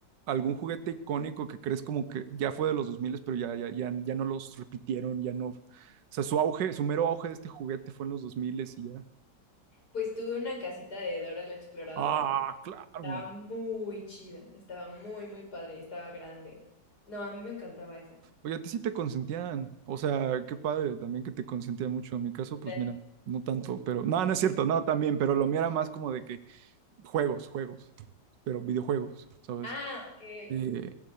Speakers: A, on the right; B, on the left.
A: algún juguete icónico que crees como que ya fue de los 2000, pero ya, ya, ya, ya no los repitieron, ya no? O sea, su auge, su mero auge de este juguete fue en los 2000 y ya.
B: Pues tuve una casita de Dora la Exploradora.
A: Ah, claro.
B: Estaba muy chida. Estaba muy, muy padre. Estaba grande. No, a mí me encantaba esa.
A: Oye, a ti sí te consentían. O sea, qué padre también que te consentían mucho. En mi caso, pues
B: Era-
A: mira, no tanto, pero... No, no es cierto, no, también, pero lo mío era más como de que juegos, juegos, pero videojuegos, ¿sabes?
B: Ah, ok.
A: Eh,